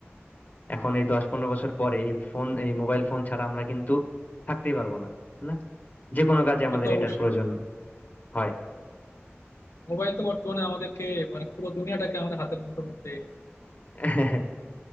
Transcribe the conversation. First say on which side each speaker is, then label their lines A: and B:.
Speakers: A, on the left; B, on the left.
A: এখন এই দশ পনেরো বছর পরে এই ফোন এই মোবাইল ফোন ছাড়া আমরা কিন্তু থাকতেই পারবো না না যে কোনো কাজে
B: সে
A: আমাদের
B: তো অবশ্যই
A: এটার প্রয়োজন হয়
B: মোবাইল তো বর্তমানে আমাদেরকে মানে পুরো দুনিয়াটাকে আমাদের হাতের মুঠোর মধ্যে এনে দিয়েছে।
A: <laughs>